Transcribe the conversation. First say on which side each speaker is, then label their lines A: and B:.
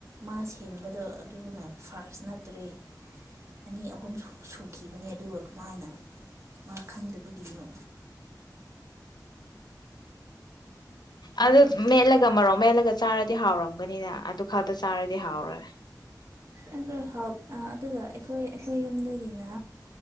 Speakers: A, on the right; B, on the left.
A: ꯃꯥ ꯁꯦꯝꯕꯗꯣ ꯑꯗꯨꯅ ꯐꯥꯔꯁ ꯅꯠꯇ꯭ꯔꯦ ꯑꯅꯤ ꯑꯍꯨꯝ ꯁꯨꯈꯤꯕꯅꯦ ꯑꯗꯨꯒ ꯀꯃꯥꯏꯅ ꯃꯥ ꯈꯪꯗꯕꯒꯤꯅꯣ
B: ꯑꯗꯨ ꯃꯦꯠꯂꯒ ꯃꯔꯣꯛ ꯃꯦꯠꯂꯒ ꯆꯥꯔꯗꯤ ꯍꯥꯎꯔꯝꯒꯅꯤꯅ ꯑꯗꯨ ꯈꯛꯇ ꯆꯥꯔꯗꯤ ꯍꯥꯎꯔꯣꯏ
A: ꯑꯗꯨ ꯑꯗꯨꯒ ꯑꯩꯈꯣꯏ ꯑꯩꯈꯣꯏ ꯌꯨꯝꯗꯒꯤꯅ